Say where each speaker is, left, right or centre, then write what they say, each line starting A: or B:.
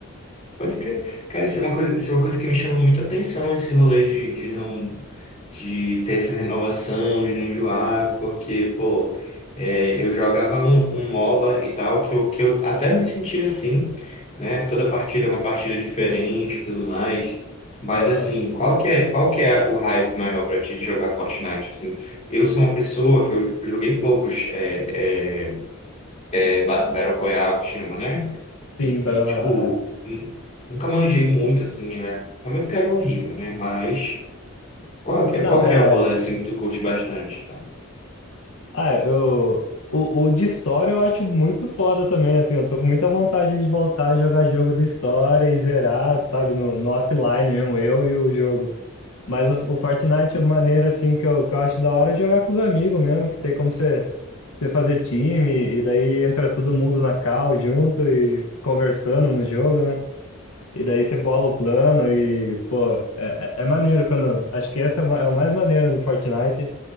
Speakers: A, on the left (about 30°); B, on the left (about 80°).
A: Pode crer. Cara, isso é uma coisa, isso é uma coisa que me chama muita atenção, esse rolê de, de não, de ter essa renovação, de não enjoar, porque, pô, é, eu jogava um, um MOBA e tal, que eu, que eu até me sentia assim, né? Toda partida é uma partida diferente e tudo mais. Mas,
B: Aham.
A: assim, qual que é, qual que é o hype maior pra ti de jogar Fortnite, assim? Eu sou uma pessoa que eu joguei poucos é, é, é, Battle Royale, que chama, né? E,
B: Sim, Battle
A: e,
B: Royale.
A: tipo,
B: é.
A: nu- nunca manjei muito, assim, né? Realmente que era horrível, né? Mas qual que é,
B: Não,
A: qual
B: é.
A: que é o rolê, assim, que tu curte bastante, tá?
B: Ah, eu. O, o de história eu acho muito foda também, assim. Eu tô com muita vontade de voltar a jogar jogo de história e zerar, sabe, no, no offline mesmo, eu e o jogo. Mas o, o Fortnite, a maneira assim que eu, que eu acho da hora é jogar com os amigos mesmo, que tem como você, você fazer time, e daí entra todo mundo na call junto e conversando no jogo, né? E daí você bola o plano e, pô, é, é é maneiro quando. Acho que essa é, ma- é o mais maneiro no Fortnite,